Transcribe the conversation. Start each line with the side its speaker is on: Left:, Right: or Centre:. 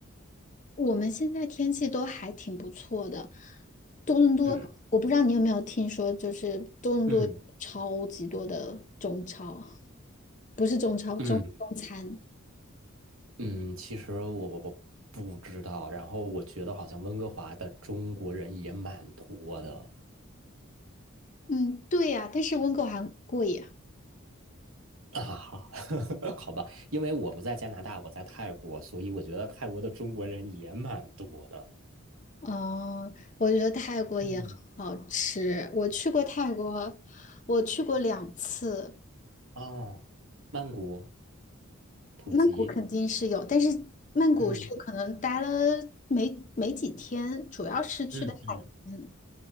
Left: 我们现在天气都还挺不错的。多伦多，
Right: 嗯
Left: 我不知道你有没有听说，就是多伦多超级多的中超，
Right: 嗯
Left: 不是中超，
Right: 嗯。
Left: 中中餐。
Right: 嗯，其实我我我不知道，然后我觉得好像温哥华的中国人也蛮多的
Left: 嗯，对呀，但是温哥华很贵呀。
Right: 啊，<laughs> 好吧，因为我不在加拿大，我在泰国，所以我觉得泰国的中国人也蛮多的。
Left: 哦，我觉得泰国也很好吃。
Right: 嗯，
Left: 我去过泰国，我去过两次。
Right: 啊，曼谷、普吉，
Left: 曼谷肯定是有，但是曼谷是可能待了没没几天，
Right: 嗯
Left: 主要是去的海边。
Right: 嗯嗯，